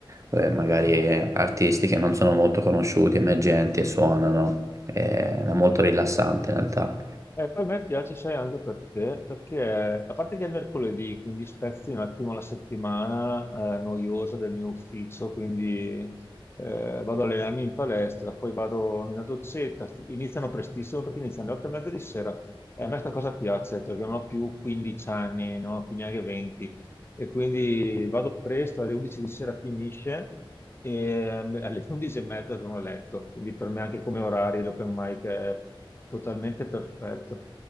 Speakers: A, on the right; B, on the left.
A: eh, magari artisti che non sono molto conosciuti, emergenti e suonano. Eh, È molto rilassante in realtà.
B: E poi a me piace, sai, anche perché, perché a parte che è mercoledì, quindi spezzi un attimo la settimana eh, noiosa del mio ufficio, quindi eh, vado a allenarmi in palestra, poi vado in una dozzetta, st- iniziano prestissimo perché iniziano alle 8 e mezza di sera. E a me sta cosa piace perché non ho più 15 anni, non ho più neanche 20, e quindi vado presto, alle 11 di sera finisce e ehm, alle <laughs> 11 e mezza sono a letto, quindi per me anche come orari l'open mic è totalmente perfetto.